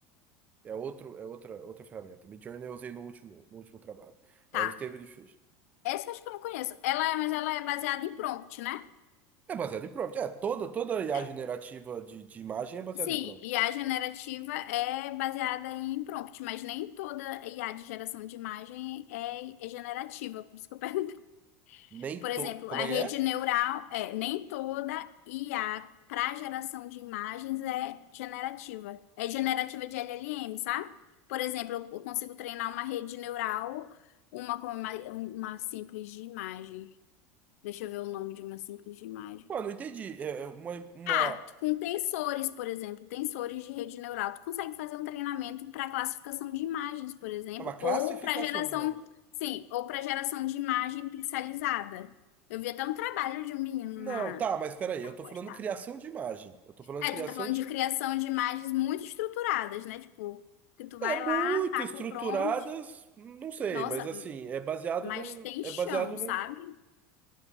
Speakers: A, on the right (about 20°); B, on the left (about 85°).
A: É outro, é outra, outra ferramenta. Midjourney eu usei no último, no último trabalho.
B: Tá,
A: É o Stable Diffusion.
B: essa eu acho que eu não conheço. Ela é, mas ela é baseada em prompt, né?
A: É baseado em prompt. É, toda, toda IA
B: É,
A: generativa de, de imagem é baseada
B: Sim,
A: em prompt.
B: IA generativa é baseada em prompt, mas nem toda IA de geração de imagem é, é generativa, por isso que eu <laughs> perguntei.
A: Nem
B: Por exemplo,
A: to... Como
B: a
A: é
B: rede
A: que é?
B: neural, é, nem toda IA para geração de imagens é generativa. É generativa de LLM, sabe? Por exemplo, eu eu consigo treinar uma rede neural, uma com uma, uma simples de imagem. Deixa eu ver o nome de uma simples de imagem.
A: Mano, não entendi. É é uma, uma,
B: Ah, com tensores, por exemplo, tensores de rede neural, tu consegue fazer um treinamento para classificação de imagens, por exemplo,
A: é uma classificação
B: ou para geração,
A: de imagem.
B: sim, ou para geração de imagem pixelizada. Eu vi até um trabalho de um menino
A: Não,
B: na,
A: tá, mas peraí,
B: na
A: eu tô
B: pós,
A: falando
B: tá?
A: criação de imagem. Eu tô falando
B: É,
A: criação
B: tu tá falando
A: de.
B: de criação de imagens muito estruturadas, né? Tipo, que tu vai
A: É muito
B: lá, taca
A: estruturadas,
B: o prompt.
A: não sei,
B: Nossa,
A: mas assim, é baseado
B: mas
A: num.
B: tem
A: É
B: chão,
A: baseado
B: sabe?
A: num.